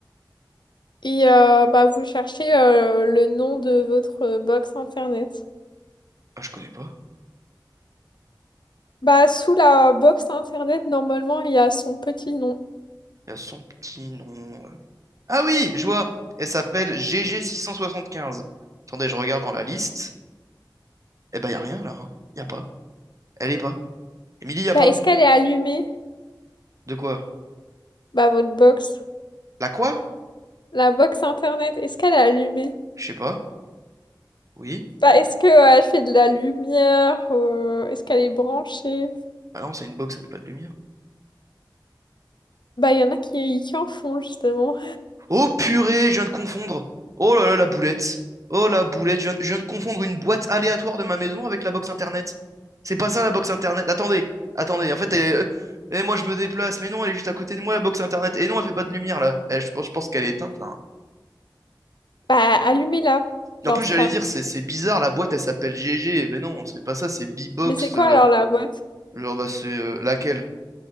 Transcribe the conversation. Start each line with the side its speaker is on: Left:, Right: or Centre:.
Left: et euh, bah, vous cherchez euh, le nom de votre euh, box internet.
Right: Ah, je connais pas.
Left: Bah, sous la box internet, normalement, il y a son petit nom.
Right: Il y a son petit nom. euh. Ah oui, je vois. Elle s'appelle gg quinze Attendez, je regarde dans la liste. Eh ben, y a rien là. hein. Y a pas. Elle est pas. Émilie, y a
Left: Bah,
Right: pas.
Left: est-ce qu'elle est allumée?
Right: De quoi?
Left: Bah, votre box.
Right: La quoi?
Left: La box internet, est-ce qu'elle est allumée?
Right: Je sais pas. Oui.
Left: Bah, est-ce que euh, elle fait de la lumière? Euh, est-ce qu'elle est branchée?
Right: Ah non, c'est une box, ça fait pas de lumière.
Left: Bah, il y en a qui, qui en font justement.
Right: Oh purée, je viens de confondre. Oh là là, la boulette. Oh la boulette, je viens, je viens de confondre une boîte aléatoire de ma maison avec la box internet. C'est pas ça la box internet. Attendez, attendez. En fait, elle- euh, eh, moi je me déplace, mais non, elle est juste à côté de moi la box internet. Et non, elle fait pas de lumière là. Eh, je pense, je pense qu'elle est éteinte là.
Left: Bah, allumez-la dans
Right: En plus,
Left: ce
Right: j'allais
Left: cas.
Right: dire, c'est c'est bizarre, la boîte elle s'appelle GG. Mais non, c'est pas ça, c'est B-Box.
Left: Mais c'est quoi
Right: euh,
Left: alors la boîte?
Right: genre, bah, c'est euh, laquelle?